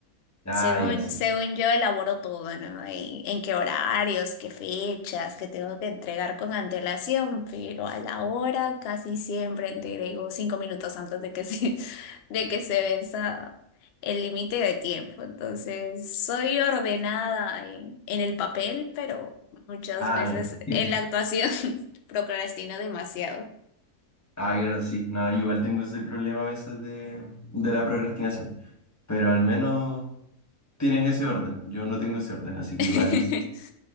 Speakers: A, on the left; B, on the left.
A: Ah,
B: Según,
A: ya, sí.
B: según yo elaboro todo, ¿no? Y en qué horarios, qué fechas, que tengo que entregar con antelación, pero a la hora casi siempre entrego cinco minutos antes de que se, <laughs> de que se venza el límite de tiempo. Entonces, soy ordenada en, en el papel, pero muchas
A: Ah,
B: veces
A: ya. <laughs>
B: en la actuación <laughs> procrastino demasiado.
A: Ah, claro, sí. No, igual tengo ese problema a veces de, de la procrastinación. Pero al menos tienes ese orden. Yo no tengo ese orden, así que
B: <laughs>
A: igual